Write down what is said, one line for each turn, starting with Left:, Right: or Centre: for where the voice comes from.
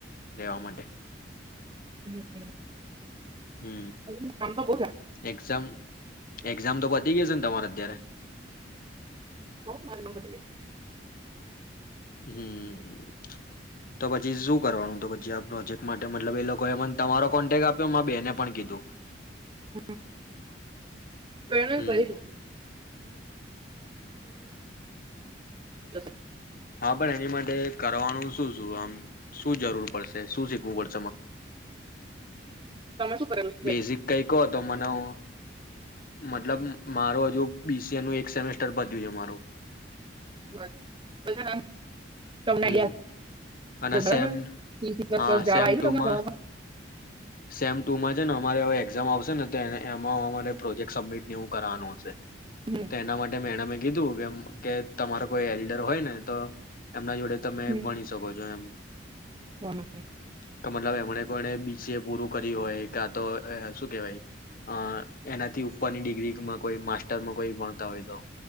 Left: રેવા માટે.
Right: હમ્મ. <inaudible>
Left: હમ એક્ઝામ એકઝામ આમ તો પતી ગઈ હશે ને તમારે અત્યારે?
Right: બો <unintelligible>
Left: હમ્મ તો પછી શું કરવાનું તો પછી આ પ્રોજેક્ટ માટે મતલબ એ લોકો એ મને તમારો કોન્ટેક આપ્યો માર બેને પણ કીધું.
Right: <inaudible> તો એને
Left: હમ
Right: કહી દઉં <inaudible> <inaudible>
Left: હા પણ એની માટે કરવાનું શું શું? આમ શું જરૂર પડશે શું શીખવું પડ?
Right: તમે શું કરેલુંછ?
Left: બેઝિક કાઈ કો હતો મને હો. મતલબ મારું હજુ બી સી એ નું એક સેમેસ્ટર પતી ગયું મારું.
Right: <inaudible> તમને
Left: હમ્મ
Right: આઈડિયા
Left: અને
Right: છે બરાબર
Left: સેમ
Right: સી સી પ્લસ
Left: હા
Right: પ્લસ જાવા
Left: સેમ
Right: આયવું
Left: ટુમાં
Right: તમારા ભણવામાં?
Left: સેમ ટુમાં જ છે ને અમારે હવે એક્ઝામ આવશે ને તો એમાં અમારે પ્રોજેક્ટ સબમિટને એવું કરાવાનું હશે.
Right: હમ.
Left: તે એના માટે મેડમે કીધું કે એમ કે તમારે કોઈ એલ્ડર હોય ને તો એમના જોડે તમે
Right: હમ.
Left: ભણી શકો છો એમ.
Right: <inaudible>
Left: તો મતલબ એમણે કોણે બી સી એ પૂરું કરીયું હોય કા તો શું કેહેવાય અ એનાથી ઉપરની ડિગ્રીમાં કોઈ માસ્ટરમાં કોઈ ભણતા હોય તો.